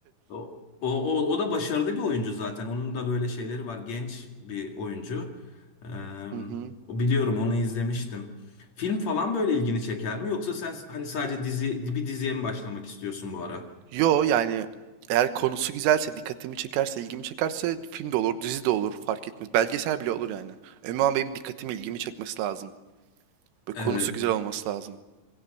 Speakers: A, on the left; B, on the right.
A: O, o, o da başarılı bir oyuncu zaten. Onun da böyle şeyleri var. Genç bir oyuncu. Ee,
B: <laughs> Hı hı.
A: o biliyorum onu izlemiştim. Film falan böyle ilgini çeker mi? Yoksa sen hani sadece dizi bir diziye mi başlamak istiyorsun bu ara?
B: Yo yani eğer konusu güzelse, dikkatimi çekerse, ilgimi çekerse film de olur, dizi de olur fark etmez. Belgesel bile olur yani. Önemli olan benim dikkatimi, ilgimi çekmesi lazım. Ve konusu
A: Evet.
B: güzel olması lazım.